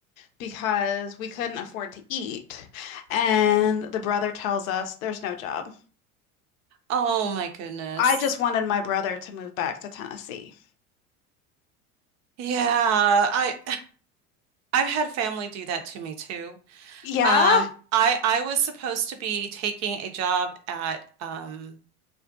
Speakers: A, on the left; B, on the right.
A: because we couldn't afford to eat. And the brother tells us there's no job.
B: Oh my goodness.
A: I just wanted my brother to move back to Tennessee.
B: Yeah, I I've had family do that to me too.
A: Yeah,
B: Um, I I was supposed to be taking a job at um